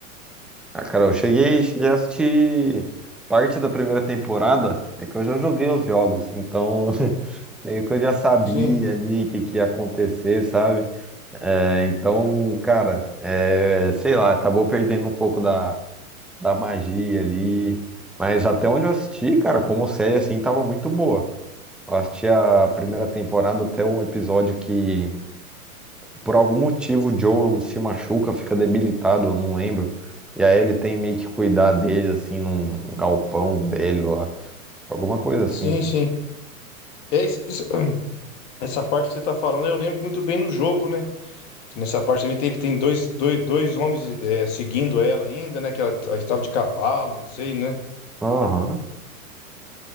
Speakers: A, in the centre; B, on the left.
A: Ah, cara, eu cheguei, cheguei a assistir parte da primeira temporada. É que eu já joguei os jogos, então <laughs> meio que eu já sabia
B: Sim,
A: ali o que, que ia acontecer, sabe? É, então, cara, é, sei lá, acabou perdendo um pouco da, da magia ali. Mas até onde eu assisti, cara, como série assim, tava muito boa. Eu assisti a primeira temporada até um episódio que, por algum motivo, o Joel se machuca, fica debilitado, eu não lembro. E aí ele tem meio que cuidar dele, assim, num galpão velho lá. Alguma coisa assim.
B: sim, sim. É isso- isso- essa parte que você tá falando, eu lembro muito bem no jogo, né? Que nessa parte também tem, tem dois, dois, dois homens é, seguindo ela ainda, né? Que ela, ela estava de cavalo, não sei, né?
A: Aham.